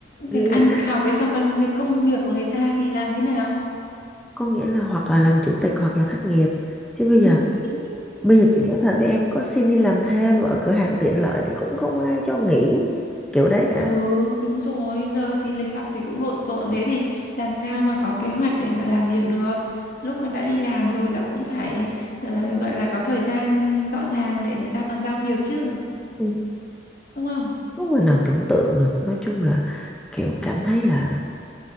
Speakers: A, in the centre; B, on the left (about 55°).
A: Nghĩa
B: việc ăn
A: là,
B: việc học ấy xong còn việc công việc của người ta thì làm thế nào?
A: có nghĩa là hoặc là làm chủ tịch hoặc là thất nghiệp. Chứ bây giờ
B: <laughs>
A: bây giờ chị nói thật với em có xin đi làm thêm ở cửa hàng tiện lợi thì cũng không ai cho nghỉ kiểu đấy cả.
B: Ừ, đúng rồi, giờ thì lịch học thì cũng lộn xộn thế thì làm sao mà có kế hoạch để mà làm việc được. Lúc mà đã đi làm rồi là cũng phải ờ, gọi là có thời gian rõ ràng để người ta còn giao việc chứ,
A: Ừ.
B: đúng không?
A: Không người nào tưởng tượng được. Nói chung là kiểu cảm thấy là